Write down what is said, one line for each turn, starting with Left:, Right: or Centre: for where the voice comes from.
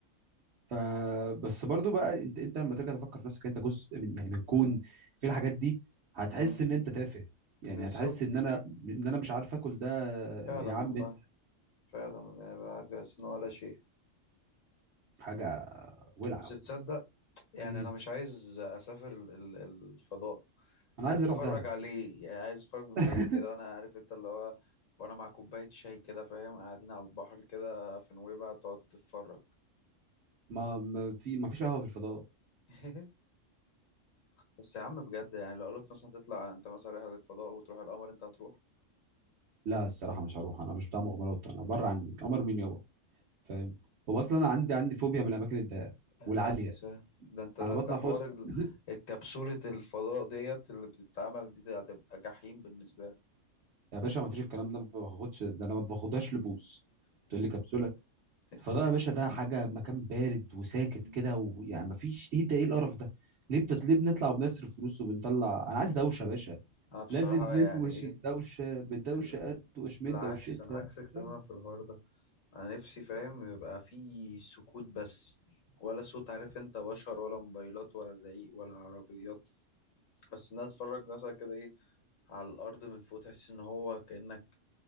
Right: فبس برضو بقى انت انت لما ترجع تفكر في نفسك انت جزء من يعني من كون
Left: امم
Right: في الحاجات دي هتحس
Left: امم.
Right: ان انت تافه يعني
Left: بالظبط
Right: هتحس ان انا ان انا مش عارف اكل ده
Left: فعلا
Right: يا
Left: والله
Right: عم بنت
Left: فعلا أنا بعد بس ان هو ولا شيء
Right: حاجه ولعه
Left: بس تصدق
Right: والله
Left: يعني
Right: امم
Left: انا مش عايز اسافر ال- ال- الفضاء
Right: انا
Left: انا
Right: عايز
Left: عايز اتفرج
Right: اروح دهب
Left: عليه يعني عايز اتفرج من
Right: <laughs>
Left: بعيد كده وانا عارف انت اللي هو وانا مع كوباية شاي كده فاهم قاعدين على البحر كده في نويبع تقعد تتفرج
Right: ما ما في ما فيش قهوه في الفضاء
Left: <laughs> بس يا عم بجد يعني لو اقول لك مثلا تطلع انت مثلا رحله للفضاء وتروح القمر انت هتروح
Right: لا الصراحه مش هروح انا مش بتاع
Left: مم.
Right: مغامرات انا بره عني قمر مين يابا فاهم هو اصلا انا عندي عندي فوبيا من الاماكن الضيقه
Left: يا نهار
Right: والعاليه
Left: اسود ده انت ده
Right: انا بطلع
Left: انت حوار
Right: فوق الس-
Left: ال-
Right: <laughs>
Left: الكبسولة الفضاء ديت اللي بتتعمل دي ده هتبقى جحيم بالنسبة لك
Right: يا باشا ما فيش الكلام ده ما باخدش ده انا ما باخدهاش لبوس تقول لي كبسوله
Left: <laughs>
Right: فده يا باشا ده حاجة مكان بارد وساكت
Left: مم.
Right: كده ويعني مفيش ايه ده ايه القرف ده ليه بتت... ليه بنطلع وبنصرف فلوس وبنطلع انا عايز دوشة يا باشا
Left: انا بصراحة
Right: لازم ندوش
Left: يعني ايه
Right: الدوشة بدوشة
Left: ال...
Right: ادوش من
Left: العكس
Right: دوشتها
Left: انا عكسك
Right: عشان
Left: تماما في الحوار ده انا نفسي فاهم يبقى في سكوت بس ولا صوت عارف انت بشر ولا موبايلات ولا زعيق ولا عربيات بس ان انا اتفرج مثلا كده ايه على الارض من فوق تحس ان هو كانك